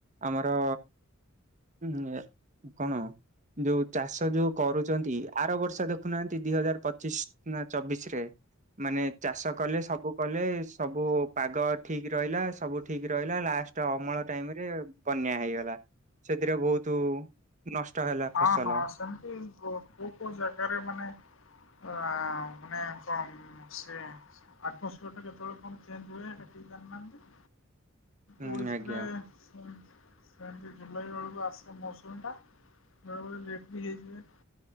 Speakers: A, on the right; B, on the left.
A: ଆମର ଉଁ ଏ କଣ? ଯୋଉ ଚାଷ ଯୋଉ କରୁଚନ୍ତି ଆର ବର୍ଷ ଦେଖୁନାହାନ୍ତି ଦି ହଜାର ପଚିଶ ନା ଚବିଶରେ ମାନେ ଚାଷ କଲେ ସବୁ କଲେ ସବୁ ପାଗ ଠିକ ରହିଲା ସବୁ ଠିକ ରହିଲା ଲାଷ୍ଟ ଅମଳ ଟାଇମ ରେ ବନ୍ୟା ହେଇଗଲା। ସେଥିରେ ବହୁତ ନଷ୍ଟ ହେଲା ଫସଲ
B: ହଁ ହଁ ସନ୍ତୁଷ କୋଉ କୋଉ ଜଗାରେ ମାନେ ଆ ମାନେ କ ସେ ଆଟମସ୍ପିୟର ଟା କେତେବେଳେ କଣ ଚେଞ୍ଜ ହୁଏ ସେଠିକି ଜାଣିନାହାନ୍ତି।
A: <inaudible>
B: ଓଡ଼ିଶାରେ
A: ଆଜ୍ଞା
B: ସେ ସେତି ଜୁଲାଇ ବେଳକୁ ଆସେ ମୌସୁମୀ ଟା। ବଳେବେଳେ ଲେଟ୍ ବି ହେଇଯିବେ।